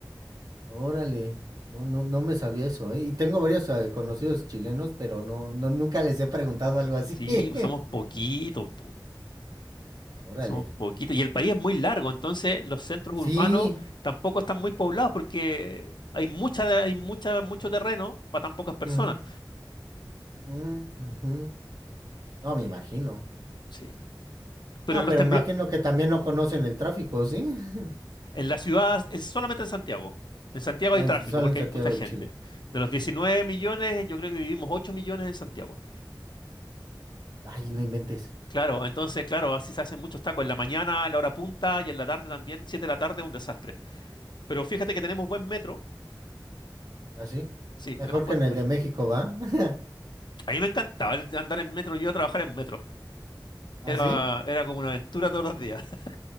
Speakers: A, on the right (about 50°); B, on the left (about 65°).
A: Órale. No, no, no me sabía eso, ¿eh? Y tengo varios eh, conocidos chilenos, pero no, no, nunca les he preguntado algo así.
B: Sí,
A: <laughs>
B: pues somos poquitos, po,
A: Órale.
B: somos poquitos. Y el país es muy largo, entonces los centros
A: Sí.
B: urbanos tampoco están muy poblados porque hay mucha, de- hay mucha, mucho terreno para tan pocas personas.
A: ujú, mm, ujú. No, me imagino.
B: Sí, sí. Pero
A: No,
B: en los
A: pero
B: temblores.
A: imagino que también no conocen el tráfico, ¿sí? <laughs>
B: En la ciudad, en- solamente en Santiago. En Santiago
A: Ah,
B: hay tráfico
A: en- Solo
B: porque
A: en Santiago
B: hay mucha gente.
A: de Chile.
B: De los 19 millones, yo creo que vivimos 8 millones en Santiago.
A: Ay, no inventes.
B: Claro, entonces, claro, así se hacen muchos tacos. En la mañana, a la hora punta y en la tarde también. 7 de la tarde, un desastre. Pero fíjate que tenemos buen metro.
A: Así.
B: Sí,
A: Mejor
B: tenemos buen...
A: que en el
B: me-
A: de México, ¿va? <laughs>
B: A mí me encantaba el- andar en metro. Yo iba a trabajar en metro.
A: Así.
B: Era, era como una aventura todos los días. <laughs>